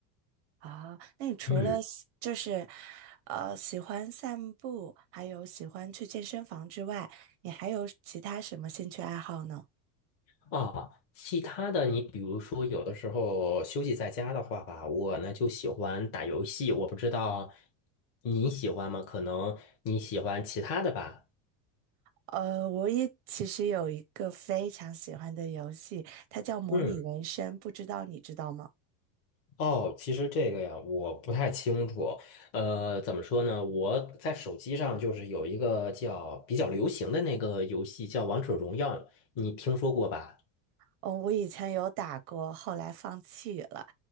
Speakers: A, on the right; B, on the left.
A: 啊，那你除了喜就是，
B: 嗯
A: 呃，喜欢散步，还有喜欢去健身房之外，你还有其他什么兴趣爱好呢？
B: <clears throat> 啊，其他的你比如说有的时候休息在家的话吧，我呢就喜欢打游戏，我不知道你喜欢吗？可能你喜欢其他的吧。
A: 呃，我也其实有一个非常喜欢的游戏，它叫模拟人生，
B: 嗯。
A: 不知道你知道吗？
B: 哦，其实这个呀，我不太清楚。呃，怎么说呢？我在手机上就是有一个叫比较流行的那个游戏，叫《王者荣耀》，你听说过吧？
A: 哦，我以前有打过，后来放弃了，